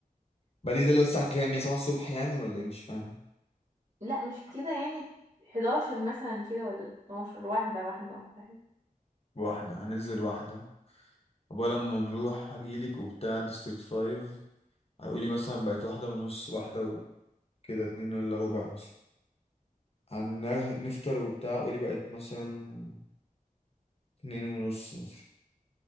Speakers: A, on the left (about 40°); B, on the right (about 55°).
A: بعدين ده اللي هو الساعة كام يا 7 الصبح يعني ولا ايه مش فاهم
B: لا مش كده يعني 11 مثلا كده ولا 12 واحدة واحدة واحدة
A: واحدة هننزل واحدة أول لما نروح هجيلك وبتاع ديستريكت 5 هيقولي مثلا بقت واحدة ونص واحدة وكده اتنين إلا ربع مثلا هنفطر وبتاع قولي بقت مثلا اتنين ونص مثلا